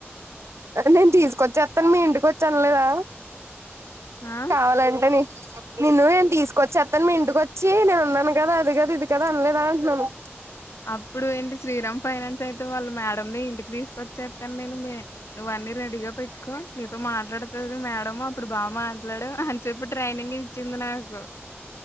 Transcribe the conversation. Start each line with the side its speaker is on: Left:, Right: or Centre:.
Right: నేను తీసుకొచ్చేత్తాను మీ ఇంటికి వచ్చాననలేదా
Left: ఆ?
Right: కావాలంటే నీ నేను తీసుకొచ్చేత్తాను మీ ఇంటిక వచ్చి నేను ఉన్నాను కదా అది కదా ఇది కదా అనలేదా అంటున్నాను
Left: అప్పుడు ఏంటి శ్రీరామ్ ఫైనాన్స్ అయితే వాళ్ళు మేడంని ఇంటికి తీసుకొచ్చేత్తాను నేను మీ నువ్వు అన్నీ రెడీగా పెట్ కో నీతో మాట్లాడుతది మేడమ్ అప్పుడు బాగా మా మాట్లాడు చెప్పు ట్రైనింగ్ ఇచ్చింది నాకు